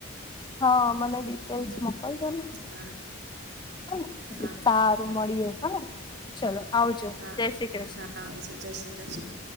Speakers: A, on the left; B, on the right.
A: હા મને ડિટેલ્સ મોકલજો ને.
B: હા
A: હ
B: હા
A: સારું મળીએ હા ચલો આવજો
B: હા
A: જય શ્રી કૃષ્ણ.
B: હા આવજો જય શ્રી કૃષ્ણ.